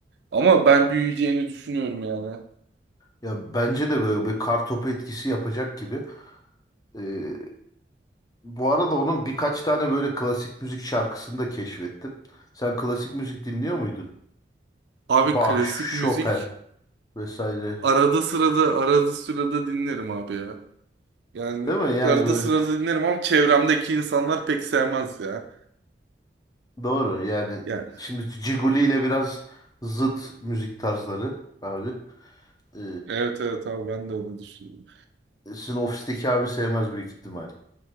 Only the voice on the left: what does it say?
Ya bence de böyle bir kartopu etkisi yapacak gibi. Ee, Bu arada onun birkaç tane böyle klasik müzik şarkısını da keşfettim. Sen klasik müzik dinliyor muydun?
Bach,
Chopin
vesaire.
Değil mi? Yani
böyle
doğru. Yani
şimdi Ciguli ile biraz zıt müzik tarzları abi. Ee,
sizin ofisteki abi sevmez büyük ihtimal.